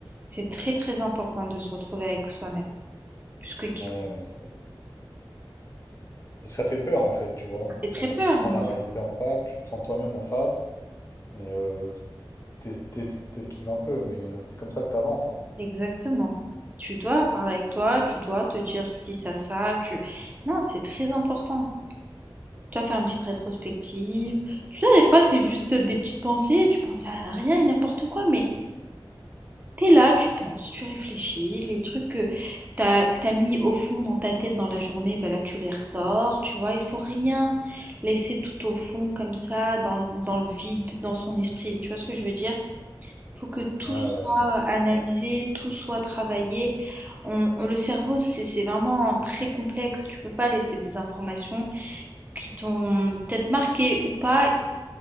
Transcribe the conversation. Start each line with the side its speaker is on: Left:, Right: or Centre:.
Right: C'est très, très important de se retrouver avec soi-même. Puisque qui
Left: Ouais, ouais, c'est horrible. Ça fait peur, en fait, tu vois.
Right: ça fait
Left: C'est
Right: très
Left: en mode,
Right: peur.
Left: tu prends
Right: mais-
Left: la réalité en face, tu te prends toi-même en face, et euh, t'es- t'es- t'esquives un peu, mais euh, c'est comme ça que t'avances, hein.
Right: Exactement. Tu dois parler avec toi, tu dois te dire si ça, ça, tu... Non, c'est très important. Tu dois faire une petite rétrospective. Tu vois, des fois, c'est juste des petites pensées, tu penses à rien et n'importe quoi, mais T'es là, tu penses, tu réfléchis, les trucs que t'as, que t'as mis au fond dans ta tête dans la journée, ben là tu les ressors, tu vois, il faut rien laisser tout au fond comme ça, dans, dans le vide, dans son esprit, tu vois ce que je veux dire? Faut que tout
Left: Ah
Right: soit
Left: ouais, je vois très
Right: analysé,
Left: bien.
Right: tout soit travaillé. On- on- le cerveau, c'est c'est vraiment très complexe. Tu peux pas laisser des informations qui t'ont peut-être marqué ou pas